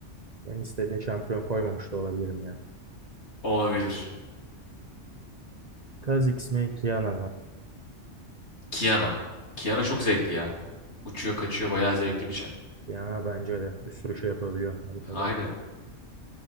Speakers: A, on the right; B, on the left.
A: Ben istediğin şampiyon koymamış da olabilirim ya.
B: Olabilir.
A: Kaz X mi Kiana mı?
B: Kiana. Kiana çok zevkli ya. Uçuyor kaçıyor bayağı zevkli bir çar.
A: Kiana bence de bir sürü şey yapabiliyor haritada.
B: Aynen.